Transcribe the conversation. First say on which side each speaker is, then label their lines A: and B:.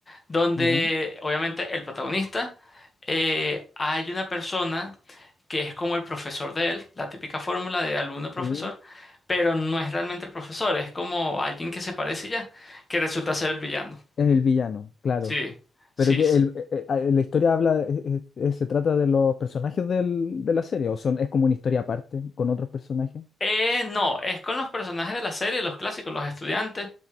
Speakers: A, on the left; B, on the left.
A: donde
B: ya.
A: obviamente el protagonista, eh, hay una persona que es como el profesor de él, la típica fórmula de alumno-profesor,
B: Sí.
A: pero no es realmente el profesor, es como alguien que se parece y ya, que resulta ser el villano.
B: Es el villano, claro.
A: Sí, sí.
B: Pero que
A: sí.
B: el- eh, eh, la historia habla, eh, eh, se trata de los personajes del- de la serie, o son, es como una historia aparte con otros personajes.
A: Eh, no, es con los personajes de la serie, los clásicos, los estudiantes,